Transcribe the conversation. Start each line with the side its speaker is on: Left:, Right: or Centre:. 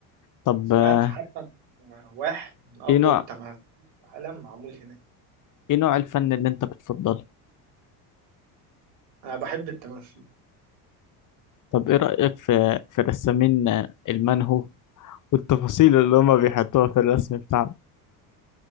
Left: طب
Right: سمعت
Left: آه،
Right: حتى إن واحد من أفضل
Left: إيه نوع
Right: التماثيل في العالم معمول هناك
Left: إيه نوع الفن اللي أنت بتفضله؟
Right: أنا بحب التماثيل
Left: طب إيه رأيك في في رسامين آه، المانهو والتفاصيل اللي هما بيحطوها في الرسم بتاعهم؟